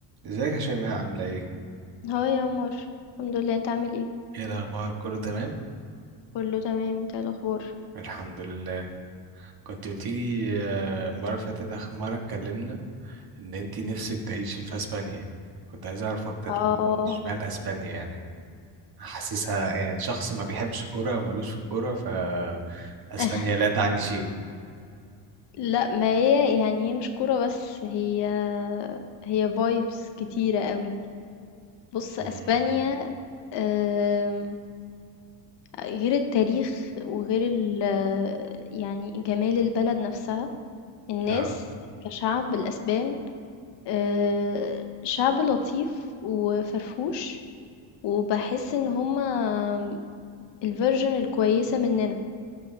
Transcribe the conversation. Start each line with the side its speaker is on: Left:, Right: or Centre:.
Right: ازيك يا شيماء عاملة ايه؟
Left: هو يا عمر الحمد لله انت عامل ايه
Right: ايه الاخبار كله تمام
Left: كله تمام انت ايه الاخبار
Right: الحمد لله كنت قلت لي آه، المره اللي فاتت اخر مره اتكلمنا ان انتي نفسك تعيشي في اسبانيا كنت عايز اعرف اكتر
Left: اه
Right: ال- اشمعنى اسبانيا يعني حاسسها يعني شخص ما بيحبش الكوره او ملوش في الكوره ف اسبانيا
Left: <laughs>
Right: لا تعني شيء
Left: لا ما هي يعني هي مش كوره بس هي هي فايبس كتيره قوي بص
Right: مم.
Left: اسبانيا آم، غير التاريخ وغير ال يعني جمال البلد نفسها الناس
Right: اه
Left: كشعب الاسبان آه، شعب لطيف وفرفوش وبحس ان هما الفيرجن الكويسه مننا